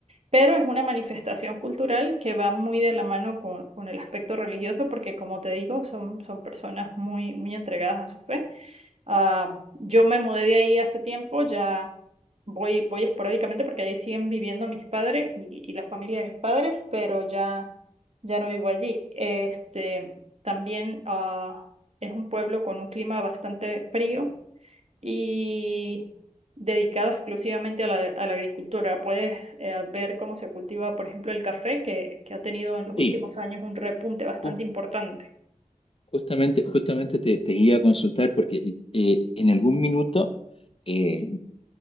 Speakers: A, on the right (about 55°); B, on the left (about 45°).
A: Pero es una manifestación cultural que va muy de la mano con, con el aspecto religioso porque, como te digo, son, son personas muy, muy entregadas a su fe. Ah, yo me mudé de ahí hace tiempo, ya voy, voy esporádicamente porque ahí siguen viviendo mis padres y, y la familia de mis padres, pero ya, ya no vivo allí. Este, también ah, es un pueblo con un clima bastante frío y dedicado exclusivamente a la, a la agricultura. Puedes eh, ver cómo se cultiva, por ejemplo, el café, que, que ha tenido en los últimos
B: sí,
A: años un repunte bastante
B: jus-
A: importante.
B: justamente, justamente te, te iba a consultar porque eh, en algún minuto eh,